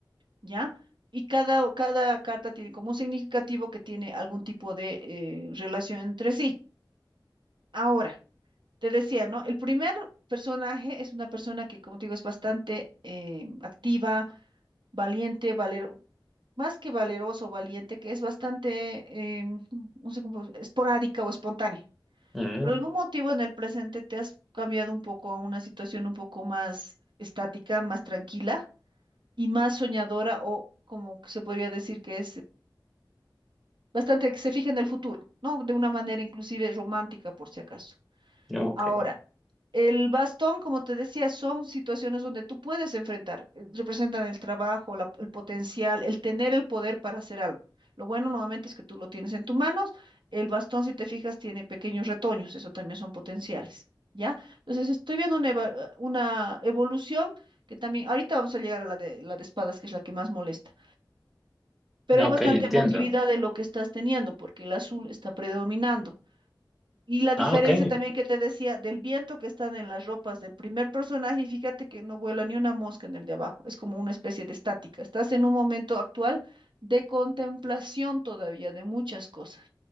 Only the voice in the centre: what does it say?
mm,
no, ok,
no,
ok, entiendo,
ah, ok.